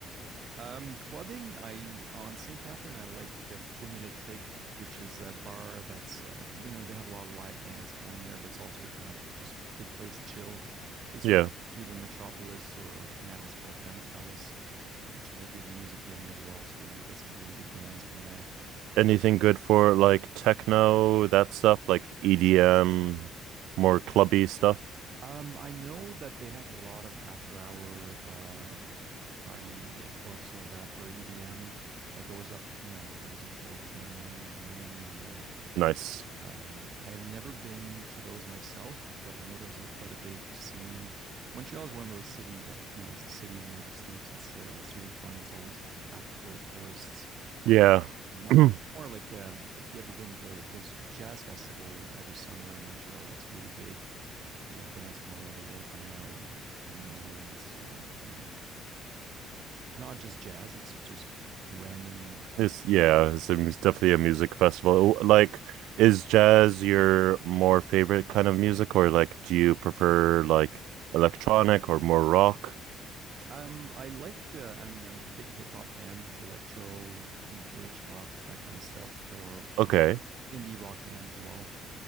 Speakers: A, on the right; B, on the right.
A: Um, clubbing, I on St. Catherine, I like uh, Fun Electrique, which is a bar that's uh, you know they have a lot of live bands going there, but it's also kind of just good place to chill. It's
B: Yeah,
A: right next to the Metropolis, or now it's called M Telus, which is a good music venue as well. So we get some really good bands from there.
B: anything good for like techno that stuff, like EDM, more clubby stuff?
A: Um, I know that they have a lot of after hour um, party uh, clubs like that for EDM that goes up, you know, goes until 10 a.m. in the morning and uh,
B: Nice.
A: Um, I have never been to those myself, but I know there's a quite a big scene. Montreal is one of those cities that you know it's a city that never sleeps. It's uh, it's really fun. It's always packed full of tourists.
B: Yeah.
A: Um,
B: <clears throat>
A: or like um, if you ever been to there's a jazz festival every summer in Montreal that's really big, and they have bands from all over the world coming out and coming over, and it's uh, you know. Uh, not just jazz; it's just random a
B: It's yeah, it's a, it's definitely a music festival. Like, is jazz your more favorite kind of music, or like, do you prefer like electronic or more rock?
A: Um, I like, uh, I mean, I'm a big hip hop fan, electro, mm, glitch hop, that kind of stuff, or
B: Okay,
A: indie rock bands as well.